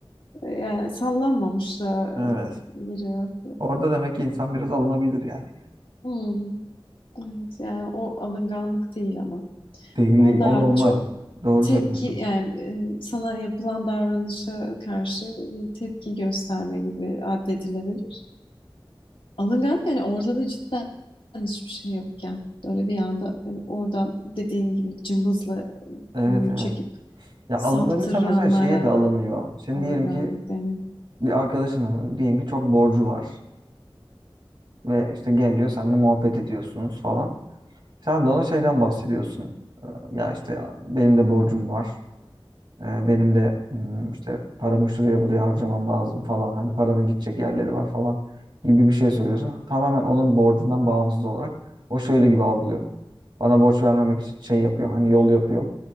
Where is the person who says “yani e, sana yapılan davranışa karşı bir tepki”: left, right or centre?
Left